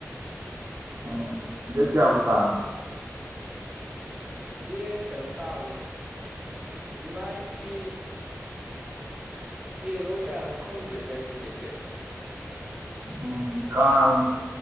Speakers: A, on the right (about 65°); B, on the right (about 20°).
A: ꯎ ꯌꯦ ꯀꯌꯥꯕ ꯇꯒꯦ
B: ꯗꯦꯠ ꯀꯩꯅꯣ ꯇꯥꯕꯅꯦ ꯖꯨꯂꯥꯏꯒꯤ ꯇꯦꯜꯂꯣ ꯀꯌꯥꯅꯣ ꯈꯪꯗ꯭ꯔꯦꯅꯣ ꯚꯥꯏꯁꯨ ꯑꯦꯛꯖꯦꯛꯇꯤ
A: ꯎꯝ ꯀꯥꯡ